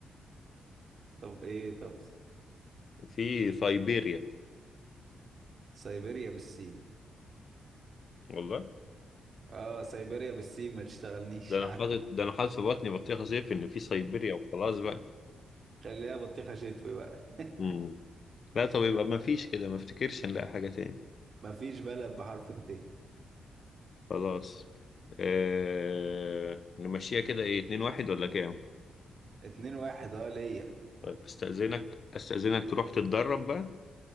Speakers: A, on the right; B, on the left.
A: طب ايه طب
B: في سيبيريا
A: سيبيريا بالسين
B: والله
A: اه سيبيريا بالسين ما تشتغلنيش
B: ده انا
A: يا عم
B: حاطط ده انا حاطط في بطني بطيخه صيف ان في سيبيريا وخلاص بقى
A: <laughs> خليها بطيخه شتوي بقى
B: امم لا طب يبقى ما فيش كده ما افتكرش نلاقي حاجه تاني
A: مفيش بلد بحرف الت
B: خلاص آه... نمشيها كده ايه اتنين واحد ولا كام
A: اتنين واحد اه ليا
B: طيب استأذنك استأذنك تروح تتدرب بقى